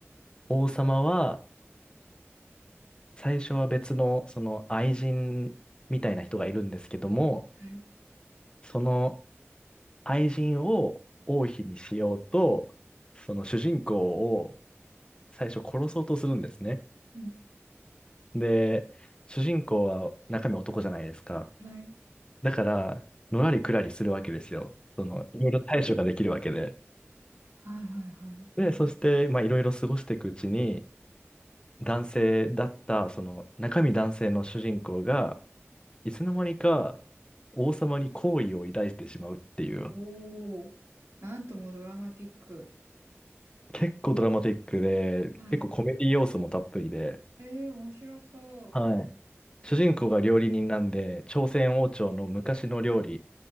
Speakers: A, on the left; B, on the right.
A: 王様は、最初は別の、その愛人みたいな人がいるんですけども、
B: はい。
A: その愛人を王妃にしようと、その主人公を最初殺そうとするんですね。
B: うん。
A: で、主人公は中身男じゃないですか。
B: はい。
A: だから、のらりくらりするわけですよ。その、いろいろ対処ができるわけで。
B: はいはいはい。
A: で、そして、まあ、いろいろ過ごしていくうちに、男性だった、その中身男性の主人公が、いつの間にか王様に好意を抱いてしまうっていう、
B: おお。なんともドラマティック。
A: 結構ドラマティックで、
B: はい。
A: 結構コメディ要素もたっぷりで、
B: えー、面白そ
A: はい。主人公が料理人なんで、朝鮮王朝の昔の料理